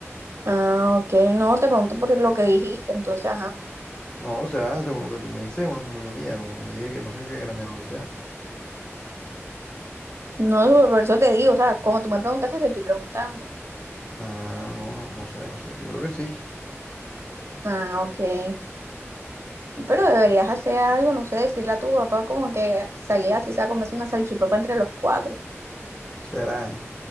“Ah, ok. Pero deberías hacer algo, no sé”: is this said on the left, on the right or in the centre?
Right